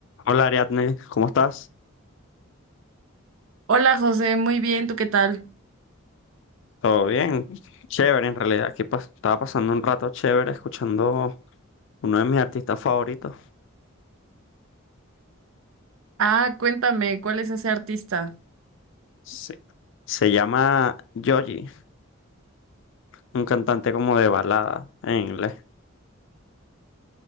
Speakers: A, on the left; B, on the right.
A: Hola Ariadne, ¿cómo estás?
B: Hola José, muy bien, ¿tú qué tal?
A: ¿Todo bien? Chévere en realidad. Aquí pas- estaba pasando un rato chévere escuchando uno de mis artistas favoritos.
B: Ah, cuéntame, ¿cuál es ese artista?
A: Sí. se llama Joji, un cantante como de balada en inglés.